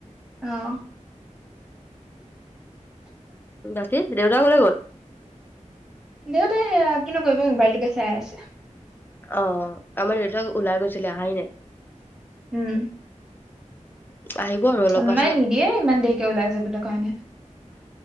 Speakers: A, in the centre; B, on the left.
A: অ'।
B: বাকী, দেউতা কলে গ'ল?
A: দেউতাই সেয়া, কিনো কৰিব মোবাইলটোকে চাই আছে।
B: অ', আমাৰ দেউতা ওলাই গৈছিলে আহাই নাই।
A: উম।
B: আহিব আৰু অলপ
A: আম্মাই
B: পাছত
A: নিদিয়ে ইমাণ দেৰিকে ওলাই যাবলে কাৰণে।